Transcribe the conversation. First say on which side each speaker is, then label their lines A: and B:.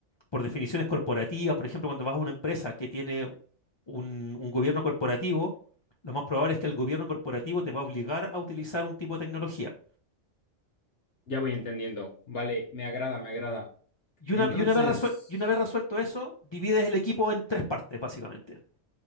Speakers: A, on the left; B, on the left.
A: por definiciones corporativas, por ejemplo, cuando vas a una empresa que tiene un, un gobierno corporativo, lo más probable es que el gobierno corporativo te va a obligar a utilizar un tipo de tecnología.
B: Ya voy entendiendo. Vale, me agrada, me agrada.
A: Y una,
B: Entonces,
A: y una vez resuel- y una vez resuelto eso, divides el equipo en tres partes, básicamente.